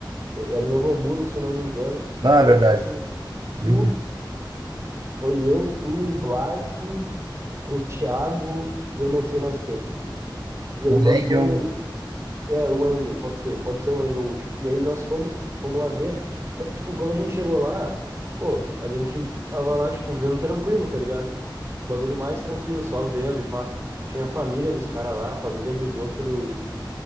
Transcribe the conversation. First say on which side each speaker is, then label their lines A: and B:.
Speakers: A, on the right; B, on the right.
A: Era em Novo Hamburgo, se eu não me engano.
B: Ah,
A: E foi,
B: é verdade.
A: tipo assim, tu,
B: Uhum.
A: foi eu, tu, o Blasi, o Thiago e eu não sei mais quem. E aí
B: O
A: nós
B: Engel.
A: fomos É, o Engel, pode ser, pode ser o Engel o último. E aí nós fomos, fomos lá ver. Só que, tipo, quando a gente chegou lá, pô, a gente tava lá, tipo, vendo tranquilo, tá ligado? O bagulho mais tranquilo, só vendo e pá. Tinha a família dos caras lá, a família dos outros,